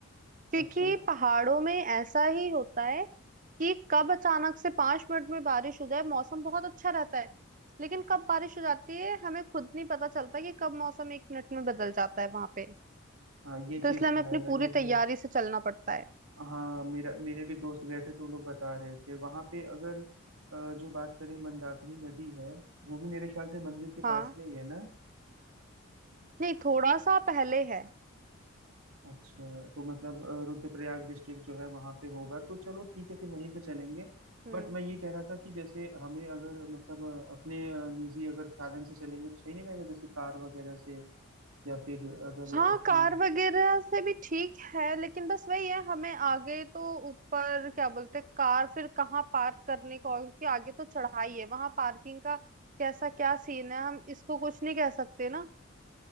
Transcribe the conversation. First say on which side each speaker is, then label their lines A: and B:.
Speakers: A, on the right (about 35°); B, on the right (about 80°).
A: क्योंकि
B: अच्छा
A: पहाड़ों में ऐसा ही होता है कि कब अचानक से पांच मिनट में बारिश हो जाए मौसम बहुत अच्छा रहता है लेकिन कब बारिश हो जाती है हमें खुद नहीं पता चलता कि कब मौसम एक मिनट में बदल जाता है वहां पे
B: हाँ ये चीज
A: तो इसलिए हमें
B: तो
A: अपनी
B: है मैंने
A: पूरी
B: भी
A: तैयारी से चलना पड़ता है
B: हाँ मेरा मेरे भी दोस्त गए थे तो वो लोग बता रहे थे वहाँ पे अगर अ, जो बात करें मंदाकिनी नदी है वो भी मेरे ख्याल से मंदिर के
A: हाँ
B: पास में ही है ना
A: नहीं थोड़ा सा पहले है
B: अच्छा तो मतलब अ, रुद्रप्रयाग डिस्ट्रिक्ट जो है वहां पे होगा तो चलो ठीक है फिर वहीं पे चलेंगे
A: हम्म
B: बट मैं ये कह रहा था कि जैसे हमें अगर मतलब अ, अपने अ, निजी अगर साधन से चलेंगे तो सही नहीं रहेगा जैसे कार वगैरह से या फिर अगर
A: हाँ
B: अपने
A: कार वगैरह से भी ठीक है लेकिन बस वही है हमें आगे तो ऊपर क्या बोलते हैं कार फिर कहाँ पार्क करने का और क्योंकि आगे तो चढ़ाई है वहां पार्किंग का कैसा क्या सीन है हम इसको कुछ नहीं कह सकते ना